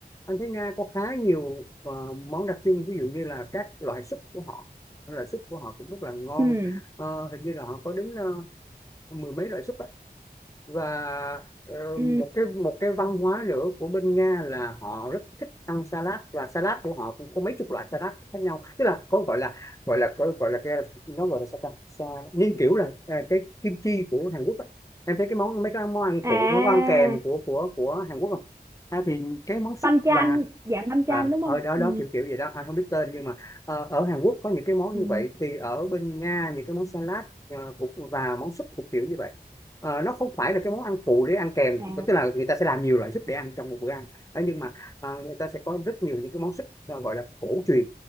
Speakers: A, on the left (about 20°); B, on the right (about 20°).
A: anh thấy Nga có khá nhiều ờ, món đặc trưng ví dụ như là các loại súp của họ loại súp của họ cũng rất là ngon
B: ừ,
A: Ờ, hình như là họ có đến ờ, mười mấy loại súp và ờ,
B: ừ.
A: một cái một cái văn hóa nữa của bên Nga là họ rất thích ăn salad và salad của họ cũng có mấy chục loại salad khác nhau tức là có gọi là gọi là gọi gọi là cái nó gọi là sao ta Sa- như kiểu là ờ, cái kim chi của Hàn Quốc á. em thấy cái món mấy cái món ăn
B: À,
A: phụ món ăn kèm của của của Hàn Quốc không à, thì cái món súp
B: banh chan,
A: và
B: dạng banh chan
A: à,
B: đúng
A: ở
B: không?
A: đó
B: Ừ,
A: đó kiểu kiểu gì đó anh không biết tên nhưng mà ờ, ở Hàn Quốc có những cái món
B: ừ,
A: như vậy thì ở bên Nga những cái món salad ờ, cũng và món súp cũng kiểu như vậy Ờ, nó không phải là cái món ăn phụ để ăn kèm
B: à,
A: tức là người ta sẽ làm nhiều loại súp để ăn trong một bữa ăn Ờ, nhưng mà ờ, người ta sẽ có rất nhiều những cái món súp ờ, gọi là cổ truyền